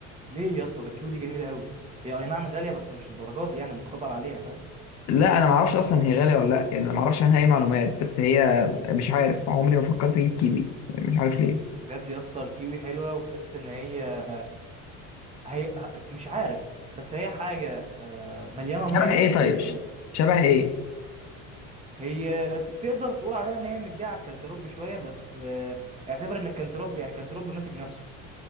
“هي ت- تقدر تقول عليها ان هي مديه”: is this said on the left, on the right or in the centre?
Right